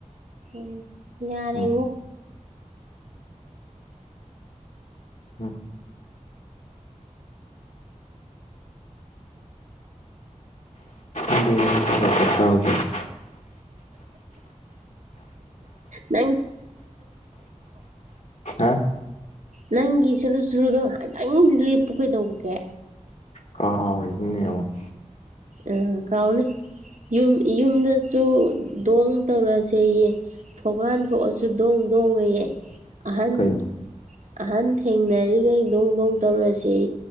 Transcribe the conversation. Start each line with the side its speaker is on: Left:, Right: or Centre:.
Right: ꯎꯝ ꯌꯥꯔꯉꯣ
Left: ꯎꯝ ꯎꯝ ꯑꯗꯨ ꯆꯗꯦ <inaudible>
Right: ꯊꯦꯡꯁ <inaudible>
Left: ꯍꯥ
Right: ꯅꯪꯒꯤ ꯁꯨꯔꯨ ꯁꯨꯔꯨꯗꯣ ꯉꯍꯥꯛꯇꯪꯗꯤ ꯂꯦꯞꯄꯨ ꯀꯩꯗꯧꯕꯒꯦ
Left: ꯀꯧꯂꯤꯃꯤꯅꯦ ꯑꯃꯨꯛ
Right: ꯑ ꯀꯥꯎꯅꯤ ꯌꯨꯝ ꯌꯨꯝꯗꯁꯨ ꯗꯣꯡ ꯇꯧꯔꯁꯦꯌꯦ ꯊꯣꯡꯀꯥꯟ ꯊꯣꯛꯑꯁꯨ ꯗꯣꯡ ꯗꯣꯡꯉꯌꯦ ꯑꯍꯟ
Left: ꯀꯩꯅꯣ
Right: ꯑꯍꯟ ꯊꯦꯡꯅꯔꯤꯈꯩ ꯗꯣꯡ ꯗꯣꯡ ꯇꯧꯔꯁꯦ